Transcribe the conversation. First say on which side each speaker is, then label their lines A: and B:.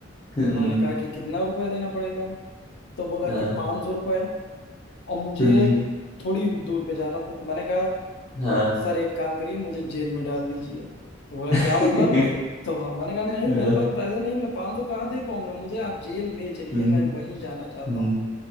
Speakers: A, on the left (about 15°); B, on the left (about 60°).
A: हम्म,
B: तो मैंने कहा कि कितना रुपए देना पड़ेगा तो बोला
A: हाँ,
B: कि पाँच सौ रुपए और मुझे
A: हम्म,
B: थोड़ी दूर पे जाना था तो मैंने कहा
A: हाँ,
B: सर एक काम करिए मुझे जेल में डाल दीजिए तो बोला
A: <laughs>
B: क्या मतलब तो मैंने कहा नहीं
A: हाँ,
B: मेरे पास पैसे नहीं मैं पाँच सौ कहाँ दे पाऊंगा मुझे आप जेल ले चलिए
A: हम्म,
B: मैं वहीं जाना चाहता
A: हम्म,
B: हूँ